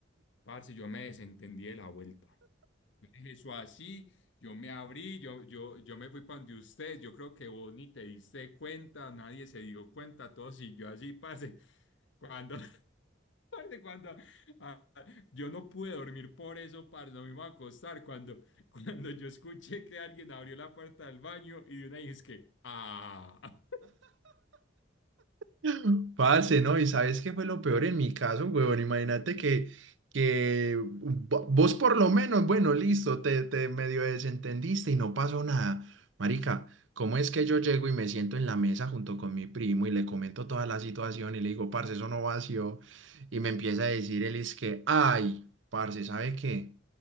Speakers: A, on the left; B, on the right.
A: parce, yo me desentendí de la vuelta. Yo dejé Eso así, yo me abrí, yo, yo, yo me fui para donde usted, yo creo que vos ni te diste cuenta, nadie se dio cuenta, todo siguió así, pase. Cuando, <laughs> parce, cuando ah, yo no pude dormir por eso, parce, no me iba a acostar. Cuando, <laughs> cuando yo escuché que alguien abrió la puerta del baño y de una dije, es que, ah,
B: <laughs> Parce, ¿no? ¿Y sabes qué fue lo peor en mi caso, huevón? Imagínate que, que vo- vos por lo menos, bueno, listo, te, te medio desentendiste y no pasó nada. Marica, ¿cómo es que yo llego y me siento en la mesa junto con mi primo y le
A: Ah,
B: comento toda la situación y le digo, parce, eso no vació? Y me empieza a decir él es que, ay, parce, ¿sabe qué?